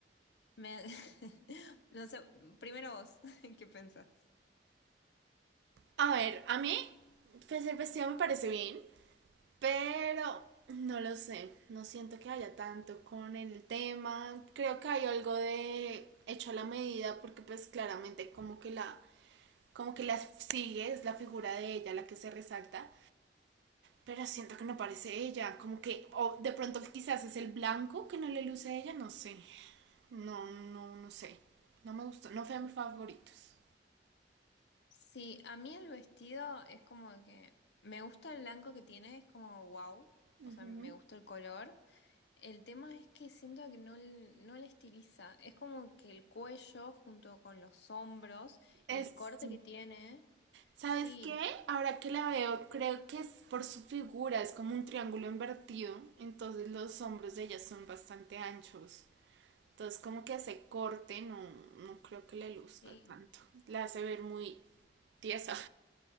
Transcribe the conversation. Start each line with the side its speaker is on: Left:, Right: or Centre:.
Left: Me... <laughs> No sé, primero vos, <laughs> ¿qué pensás?
Right: A ver, a mí pues, el vestido me parece bien, pero no lo sé. No siento que haya tanto con el tema. Creo que hay algo de hecho a la medida porque pues claramente como que la como que la sigue, es la figura de ella la que se resalta. Pero siento que no parece ella, como que, o de pronto quizás es el blanco que no le luce a ella, no sé. No, no, no sé. No me gustó, no fue de mis favoritos.
Left: Sí, a mí el vestido es como que me gusta el blanco que tiene, es como wow,
Right: Ujú.
Left: o sea, me gusta el color. El tema es que siento que no, l- no le estiliza, es como que el cuello junto con los hombros y
Right: Es,
Left: el corte que tiene,
Right: ¿sabes
Left: sí,
Right: qué? Ahora que la veo, creo que es por su figura, es como un triángulo invertido, entonces los hombros de ella son bastante anchos. Entonces como que hace corte, no, no creo que le luzca
Left: sí.
Right: tanto. La hace ver muy tiesa.